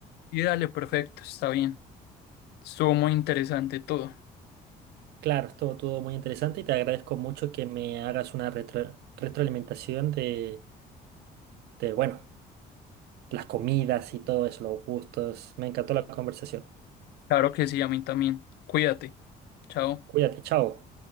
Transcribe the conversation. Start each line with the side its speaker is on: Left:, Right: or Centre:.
Left: Y dale, perfecto, está bien. Estuvo muy interesante todo.
Right: Claro, estuvo todo muy interesante y te agradezco mucho que me hagas una retro- retroalimentación de, de, bueno. las comidas y todo eso, los gustos. Me encantó la conversación.
Left: Claro que sí, a mí también. Cuídate. Chao.
Right: Cuídate, chao.